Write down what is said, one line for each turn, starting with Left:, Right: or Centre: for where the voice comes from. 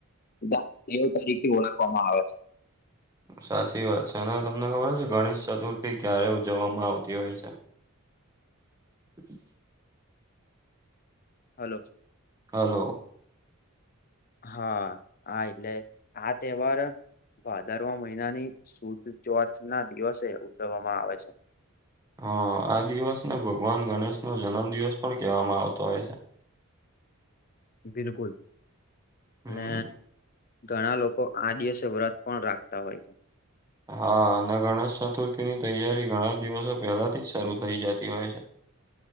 Left: દા દેવ તરીથી ઓળખવામાં આવે છે.
Right: સાચી વાત છે અને તમને ખબર છે ગણેશ ચતુર્થી ક્યારે ઉજવવામાં આવતી હોય છે. હ
Left: હલો.
Right: હલો.
Left: હા હા એટલે આ તહેવાર ભાદરવા મહિનાની સુુદ ચોથ ના દિવસે ઉજવવામાં આવે છે.
Right: હા આ દિવસ ને ભગવાન ગણેશ નો જન્મ દિવસ પણ કહેવામાં આવતો હોય છે.
Left: બિલકુલ
Right: હમ
Left: અને ઘણા લોકો આ દિવસે વ્રત પણ રાખતા હોય છે.
Right: હા અને ગણેશ ચતુર્થી ની તૈયારી ઘણા દિવસો પહેલાથી જ શરૂ થઇ જતી હોય છે.